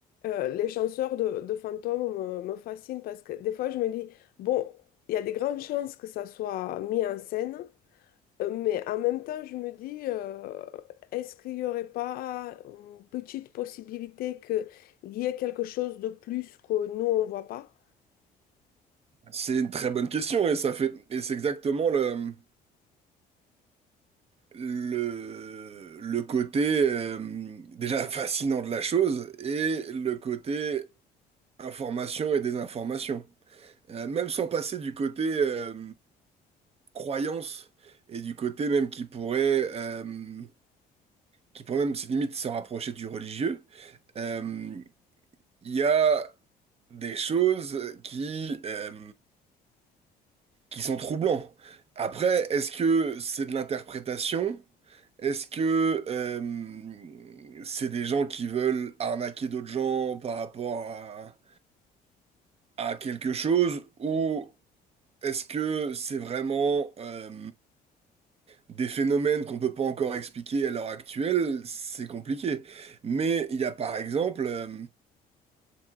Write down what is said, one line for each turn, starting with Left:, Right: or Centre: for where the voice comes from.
Left: Euh, les chanteurs de, de fantômes me, me fascinent parce que des fois je me dis, bon, il y a des grandes chances que ça soit mis en scène, euh, mais en même temps je me dis, euh, est-ce qu'il n'y aurait pas une petite possibilité qu'il y ait quelque chose de plus que nous on ne voit pas?
Right: C'est une très bonne question et ça fait et c'est exactement le le le côté euh, déjà fascinant de la chose et le côté information et désinformation. Euh, même sans passer du côté euh, croyance et du côté même qui pourrait euh, qui pourrait même limite se rapprocher du religieux, euh, il y a des choses qui euh, qui sont troublants. Après, est-ce que c'est de l'interprétation? Est-ce que euh, c'est des gens qui veulent arnaquer d'autres gens par rapport à, à quelque chose? Ou est-ce que c'est vraiment euh, des phénomènes qu'on peut pas encore expliquer à l'heure actuelle? C'est compliqué. Mais il y a par exemple... euh,